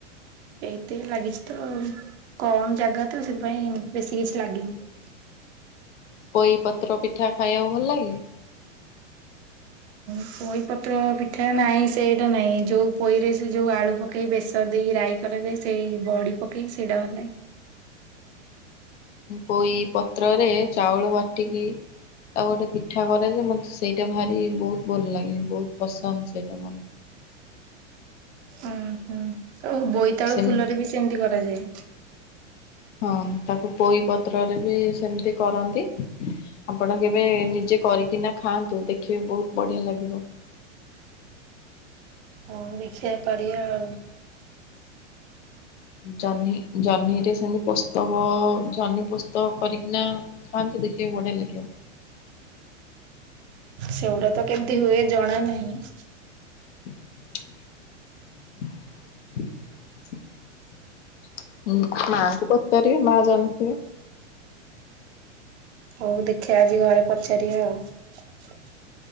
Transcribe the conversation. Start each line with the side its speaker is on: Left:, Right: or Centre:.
Left: ହଁ
Right: ଏତିକି ଲାଗିଛି ତ କମ୍ ଜାଗା ତ ସେଥିପାଇଁ ବେଶୀ କିଛି ଲାଗିନି।
Left: ପୋଇ ପତ୍ର ପିଠା ଖାଇବାକୁ ଭଲ ଲାଗେ?
Right: ପୋଇପତ୍ର ପିଠା ନାହିଁ ସେଇଟା ନାଇଁ ଯୋଉ ପୋଇରେ ସେ ଯୋଉ ଆଳୁ ପକେଇ ବେ ଦେଇକି ରାଇ କରାଯାଏ ସେଇ ବଡ଼ି ପକେଇକି ସେଇଟା ଭଲ ଲାଗେ।
Left: ପୋଇ ପତ୍ରରେ ଚାଉଳ ବାଟିକି ଆଉ ଗୋଟେ ପିଠା କରାଯାଏ ମତେ ସେଇଟା ଭାରି ବହୁତ ଭଲ ଲାଗେ ବହୁତ ପସନ୍ଦ ସେଇଟା ମୋର। <inaudible>
Right: ଓ ହୋ ଆଉ ବୋଇତାଳୁ
Left: ସେମ
Right: ଫୁଲରେ ବି ସେମିତି କରାଯାଏ।
Left: ହଁ ତାକୁ ପୋଇ ପତ୍ରରେ ବି ସେମିତି କରନ୍ତି। ଆପଣ କେବେ ନିଜେ କରିକିନା ଖାଆନ୍ତୁ ଦେଖିବେ ବହୁତ ବଢିଆ ଲାଗିବ।
Right: ହଁ ଦେଖିବା କରିବା ଆଉ।
Left: ଜହ୍ନି ଜହ୍ନିରେ ସେମିତି ପୋସ୍ତକ ଜହ୍ନି ପୋସ୍ତକ କରିକିନା ଖାଆନ୍ତି। ଦେଖିବେ ବଢ଼ିଆ ଲାଗିବ।
Right: ସେଗୁଡ଼ା ତ କେମିତି ହୁଏ ଜଣା ନାହିଁ?
Left: <inaudible> ମାଙ୍କୁ ପଚାରିବେ ମା ଜାଣିଥିବେ।
Right: ହଉ ଦେଖିଆ ଆଜି ଘରେ ପଚାରିବା ଆଉ।